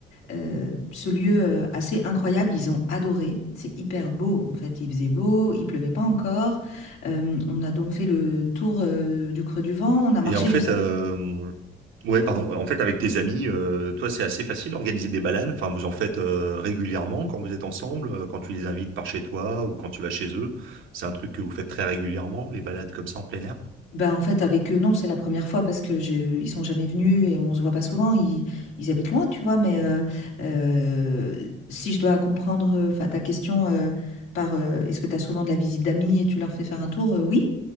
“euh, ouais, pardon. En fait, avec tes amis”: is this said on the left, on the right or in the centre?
Right